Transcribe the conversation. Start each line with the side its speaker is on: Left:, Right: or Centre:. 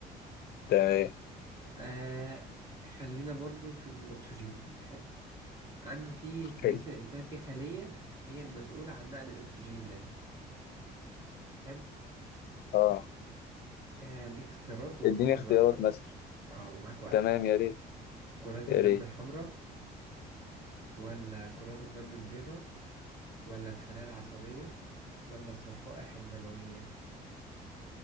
Left: تمام
Right: آه خلينا برضو في الاكسجين حلو عندي في في
Left: حلو
Right: جسم الانسان في خلية هي المسؤولة عن نقل الاكسجين ده حلو
Left: اه
Right: آه، اديك اختيارات وفكر
Left: اديني اختيارات
Right: براحتك
Left: مثلا
Right: اه ومعاك وقتك
Left: تمام يا ريت
Right: كرات
Left: يا
Right: الدم
Left: ريت
Right: الحمراء ولا كرات الدم البيضاء ولا الخلايا العصبية ولا الصفائح الدموية